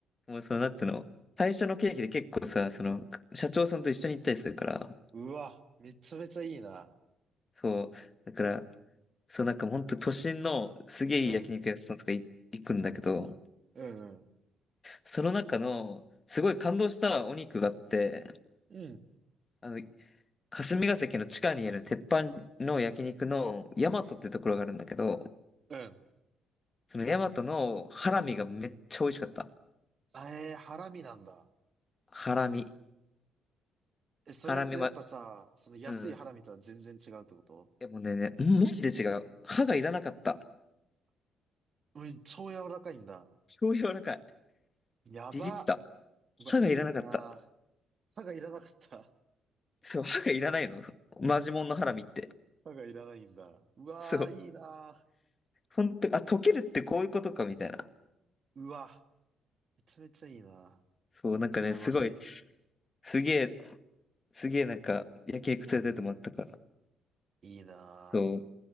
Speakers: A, on the left (about 35°); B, on the right (about 45°).
A: もうその、なんていうの、会社の経費で結構さ、その、社長さんと一緒に行ったりするから、
B: うわ、めちゃめちゃいいな。
A: そう、だから、そう、なんかほんと都心のすげえいい焼肉屋さんとかい行くんだけど、
B: うん、うん、うん、
A: その中の、すごい感動したお肉があって、
B: うん、
A: あの、霞ヶ関の地下にある鉄板の焼肉の大和ってところがあるんだけど、
B: うん。
A: その大和のハラミがめっちゃ美味しかった。
B: あれハラミなんだ。
A: ハラミ。
B: え、それってやっぱさ、
A: ハラミは、
B: その安いハラミとは全然違うってこと
A: うん。でもね、ね、うんマジで違う。歯がいらなかった。
B: うん、超柔らかいんだ。
A: 超柔らかい。
B: やば。
A: ビビった。
B: うわ、
A: 歯がいらなかった。
B: いいなぁ。歯がいらなかった。
A: そう、歯がいらないの。マジモンのハラミって。
B: 歯がいらないんだ。うわー、
A: そう。
B: いいな
A: 本当、あ、溶けるってこういうことか、みたいな。
B: ぁ。うわ、めちゃめちゃいいな
A: そう、なんかね、
B: ぁ。羨ましい。
A: すごい、すげえ、すげえなんか、焼肉連れてってもらったから。
B: うんうん。いいなぁ。
A: そう。